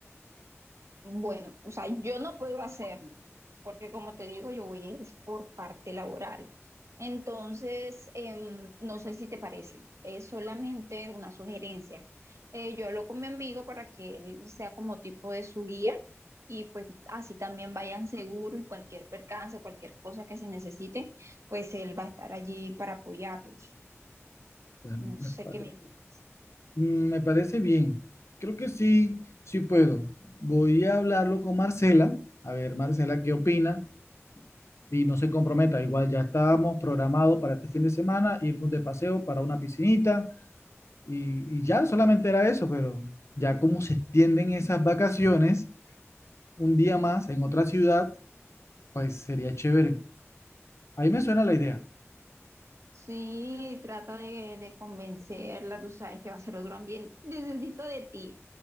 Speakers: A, on the right (about 70°); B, on the left (about 65°).
A: Bueno, o sea, yo no puedo hacerlo, porque como te digo, yo voy es por parte laboral. Entonces, em, no sé si te parece, es solamente una sugerencia. Eh, yo hablo con mi amigo para que él sea como tipo de su guía y pues así también vayan seguros y cualquier percance, cualquier cosa que se necesite, pues él va a estar allí para apoyarlos.
B: Bueno,
A: No
B: me
A: sé
B: parece
A: qué me dice.
B: Mm, Me parece bien. Creo que sí, sí puedo. Voy a hablarlo con Marcela. A ver, Marcela, ¿qué opina? Y no se comprometa. Igual ya estábamos programados para este fin de semana, irnos de paseo para una piscinita. Y, y ya solamente era eso, pero ya como se extienden esas vacaciones, un día más en otra ciudad, pues sería chévere. Ahí me suena la idea.
A: Sí, trata de, de convencerla, tú sabes que va a ser otro ambiente. <laughs> Necesito de ti.